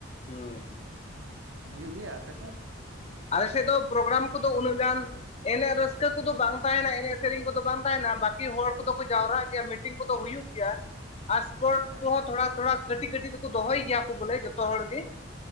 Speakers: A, on the left; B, on the right.
A: ᱚᱸ᱾
B: ᱦᱩᱭᱩᱜ ᱜᱮᱭᱟ, ᱟᱯᱮ ᱴᱷᱮᱡ?
A: ᱟᱞᱮᱥᱮᱫ ᱫᱚ ᱯᱨᱳᱜᱨᱟᱢ ᱠᱚᱫᱚ ᱩᱱᱟᱹᱜ ᱜᱟᱱ ᱮᱱᱮᱡ ᱨᱟᱹᱥᱠᱟᱹ ᱠᱚᱫᱚ ᱵᱟᱝ ᱛᱟᱦᱮᱱᱟ᱾ ᱮᱱᱮᱡ ᱥᱮᱨᱮᱧ ᱠᱚᱫᱚ ᱵᱟᱝ ᱛᱟᱦᱮᱱᱟ᱾ ᱵᱟᱹᱠᱤ ᱦᱚᱲ ᱠᱚᱫᱚ ᱠᱚ ᱡᱟᱣᱨᱟᱜ ᱜᱮᱭᱟ᱾ ᱢᱤᱫ ᱢᱤᱴᱤᱝ ᱠᱚᱫᱚ ᱦᱩᱭᱩᱜ ᱜᱮᱭᱟ᱾ ᱟᱨ ᱥᱯᱳᱨᱴᱥ
B: ᱦᱮᱸ
A: ᱠᱚᱦᱚᱸ ᱛᱷᱚᱲᱟ ᱛᱷᱚᱲᱟ ᱠᱟᱹᱴᱤᱡ ᱠᱟᱹᱴᱤᱡ ᱫᱚᱠᱚ ᱫᱚᱦᱚᱭ ᱜᱮᱭᱟ ᱠᱚ ᱵᱚᱞᱮ, ᱡᱚᱛᱚ ᱦᱚᱲ ᱜᱮ